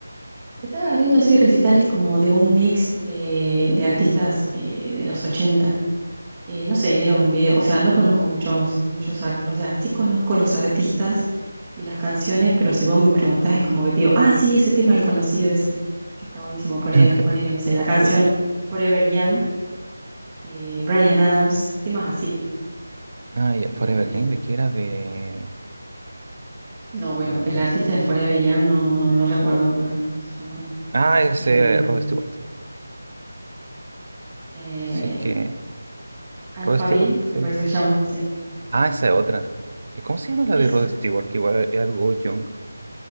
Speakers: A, on the right; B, on the right.
A: Estaba viendo así recitales como de un mix de, de artistas eh, de los ochenta eh, no sé, era un video, o sea, no conozco muchos, muchos, ar- o sea, sí conozco los artistas y las canciones, pero si vos me preguntás es como que te digo, ah, sí, ese tema, el conocido ese, que está buenísimo, poner,
B: <laughs>
A: ponerle, no sé, la canción
B: Ay, ey.
A: Forever Young, eh, Bryan Adams, temas así,
B: Ah, ya,
A: y
B: Forever
A: artista.
B: Young, ¿de qué era? De.
A: No, bueno,
B: eh,
A: el artista de Forever Young no, no, no recuerdo, a ver cómo se llama.
B: Ah, ese
A: Eh,
B: Rod Stewart.
A: eh,
B: Si es que.
A: Alphaville,
B: Rod Stewart, sí.
A: me parece que se llama, sí.
B: Ah, esa es otra. Eh, ¿Cómo se llama la
A: Esa.
B: de Rod Stewart? Que igual es algo young.